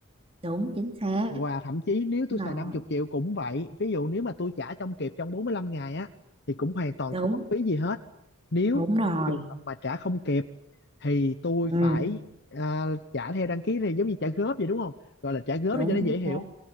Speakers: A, on the right; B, on the left.
A: đúng chính xác
B: và thậm chí nếu tôi
A: đúng rồi
B: xài 50 triệu cũng vậy ví dụ nếu mà tôi trả trong kịp trong 45 ngày á thì cũng hoàn toàn
A: đúng
B: không mất phí gì hết nếu
A: đúng rồi
B: trường hợp mà trả không kịp thì tôi
A: ừ
B: phải à, trả theo đăng ký thì giống như trả góp vậy đúng không gọi là trả góp
A: đúng
B: để cho nó
A: chính
B: dễ hiểu
A: xác